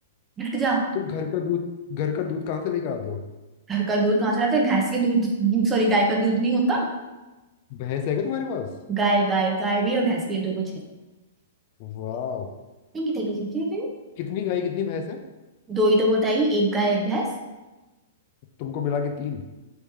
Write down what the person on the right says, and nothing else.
हट जा
घर का दूध कहाँ से लाते हैं भैंस के दूध सॉरी गाय का दूध नहीं होता
गाय गाय गाय भी और भैंस भी दोनों चीज
ठीक है ठीक है ठीक है
दो ही तो बताई एक गाय एक भैंस